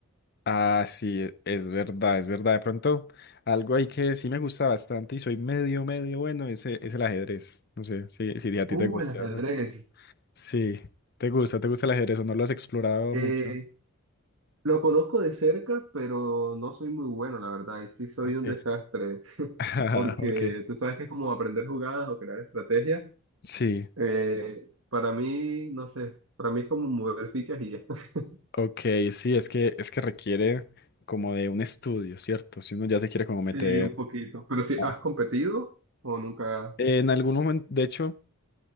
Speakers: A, on the left; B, on the right.
A: Ah, sí, e, es verdad, es verdad. De pronto, algo ahí que sí me gusta bastante y soy medio, medio bueno es, e- es el ajedrez. No sé si, si a ti
B: Uh,
A: te gusta.
B: el ajedrez.
A: eso. Sí, te gusta, te gusta el ajedrez o no lo has explorado
B: Eh,
A: mucho.
B: Lo conozco de cerca, pero no soy muy bueno, la verdad, y sí soy
A: Okay.
B: un desastre,
A: <laughs>
B: porque
A: Ok.
B: tú sabes que es como aprender jugadas o crear estrategias.
A: Sí,
B: eh, para mí, no sé, para mí es como mover fichas y ya. <laughs>
A: ok, sí, es que, es que requiere como de un estudio, ¿cierto? Si uno ya se quiere como meter
B: Sí, un poquito. Pero sí,
A: ah,
B: ¿has competido o nunca?
A: en algún momento, de hecho.